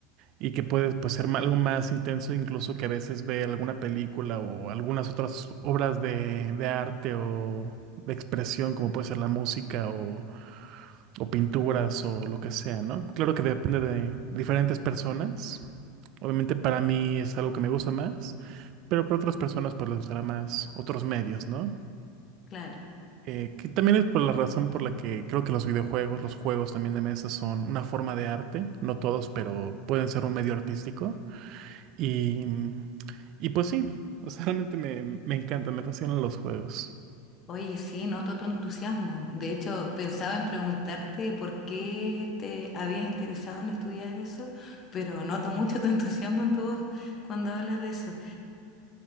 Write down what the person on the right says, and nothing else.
y que puede pues, ser ma- algo más intenso, incluso que a veces ve alguna película o algunas otras obras de, de arte o de expresión, como puede ser la música o, o pinturas o lo que sea, ¿no? Claro que depende de diferentes personas. Obviamente para mí es algo que me gusta más, pero para otras personas pues les gustará más otros medios, ¿no?
Eh, que también es por la razón por la que creo que los videojuegos, los juegos también de mesa son una forma de arte, no todos, pero pueden ser un medio artístico. Y, y pues sí, o sea, realmente me, me encantan, me fascinan los juegos.